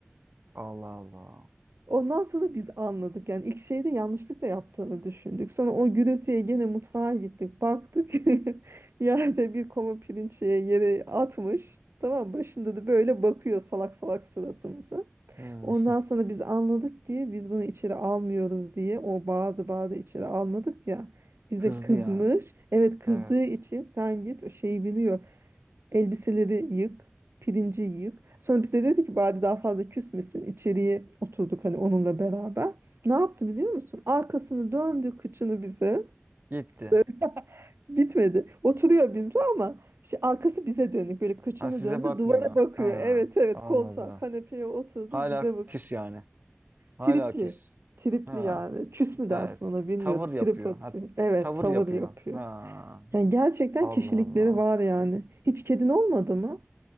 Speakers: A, on the right (about 45°); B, on the right (about 65°).
A: Allah Allah.
B: Ondan sonra biz anladık yani ilk şeyde yanlışlıkla yaptığını düşündük. Sonra o gürültüye gene mutfağa gittik. Baktık <laughs> yerde bir kova pirinç şeye yere atmış. Tamam mı? başında da böyle bakıyor salak salak suratımıza.
A: Hmm.
B: Ondan
A: <laughs>
B: sonra biz anladık ki biz bunu içeri almıyoruz diye o bağırdı bağırdı içeri almadık ya. Bize
A: Kızdı
B: kızmış.
A: yani.
B: Evet kızdığı
A: Evet.
B: için sen git şeyi biliyor. Elbiseleri yık, pirinci yık. Sonra bize dedi ki bari daha fazla küsmesin. İçeriye oturduk hani onunla beraber. Ne yaptı biliyor musun? Arkasını döndü kıçını bize.
A: Gitti.
B: Böyle Bitmedi. Oturuyor bizle ama şi- arkası bize dönük. Böyle kıçını
A: Ha size
B: döndü
A: bakmıyor.
B: duvara bakıyor.
A: Ha
B: Evet evet
A: anladım.
B: koltuğa kanepeye oturdu
A: Hala
B: bize bak.
A: küs yani. Hala
B: Tripli.
A: küs.
B: Tripli
A: Ha
B: yani. Küs mü
A: evet.
B: dersin ona bilmiyorum.
A: Tavır yapıyor.
B: Trip atıyor.
A: Ha
B: Evet
A: tavır
B: tavır
A: yapıyor.
B: yapıyor.
A: Ha
B: Yani gerçekten
A: Allah
B: kişilikleri
A: Allah.
B: var yani. Hiç kedin olmadı mı?